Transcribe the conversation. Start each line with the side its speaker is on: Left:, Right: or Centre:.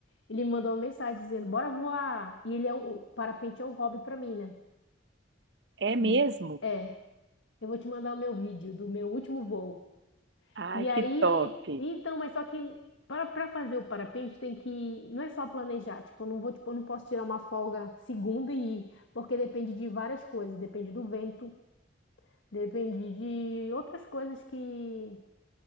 Left: ele me mandou uma mensagem dizendo, bora voar, e ele é um, o parapente é um hobby pra mim, né?
Right: É mesmo?
Left: E, é, eu vou te mandar o meu vídeo do meu último voo.
Right: Ai,
Left: E aí,
Right: que top.
Left: então, mas só que para para fazer o parapente tem que, não é só planejar, tipo, eu não vou, tipo, eu não posso tirar uma folga segunda e ir, porque depende de várias coisas, depende do vento, Depende de outras coisas que